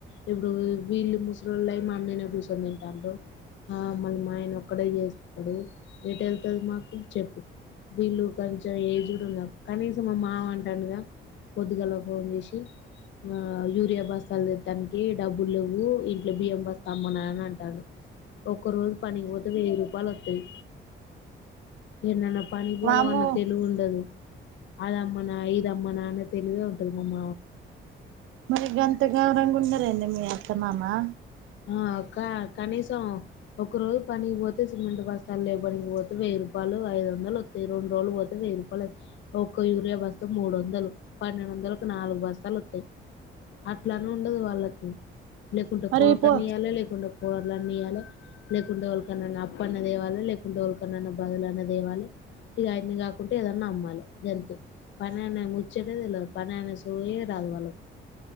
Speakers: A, on the left; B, on the right.
A: ఇప్పుడు వీళ్ళు ముసలిళ్ళ అయి మా అమ్మేనే కూర్చొని తింటారు, ఆమ్ మళ మాయన ఒక్కడే చేస్తాడు ఎటు వెళ్తుంది మాకు చెప్పు వీళ్ళు కొంచెం ఏజ్డ్ ఉన్నారు, కనీసం మా మావ అంటానుగా పొద్దుగాలో ఫోన్ చేసి ఆ యూరియా బస్తలదతానికి డబ్బులువ్వు, ఇంట్లో బియ్యం బస్త అమ్మనా అని అంటాడు ఒక్క రోజు పనికిపోతే వెయ్యి రూపాయలు వస్తాయి, ఎన్నన్నా పనికి పోదా
B: వామ్మో
A: అన్న తెలిగు ఉండదు అదమ్మనా ఇదమ్మనా న్న తెలివే ఉంటది మమ్మ
B: మరి గంత గౌరంగా ఉండరేందే మీ అత్తమామా
A: ఆవ్ క్కా కనీస్ త్తం ఒక్క రోజు పనికి పోతే సిమెంట్ బస్తాల్ లేవ్ <unintelligible> పోతే వెయ్యి రూపాయలు ఐదు వందలు వత్తాయి రెండు రోజులు పోతే వెయ్యి రూపాయలత్ ఒక్క యూరియా బస్త మూడు వందలు పన్నెండు వందలకు నాలుగు బస్తాలు వత్తాయి అట్ ట్లార్ను ఉండదు వాళ్ళకు లేకుంటక్
B: మరి పో
A: ధన్నియాలే లేకున్ <unintelligible> కూరలన్ని ఇయ్యాలే లేకుంటే, ఎవరికికన్నాన్న అప్పన్న తేవాలి లేకుంటే, ఎవరికికన్నాన్న బదులున్న దేవాలి. ఇక అయన్ని కాకుంటే, ఏదన్నా అమ్మాలే గంతే పని అనే ముచ్చటే తెల్వద్ పని అనే సోయే రాదు. వాళ్ళక్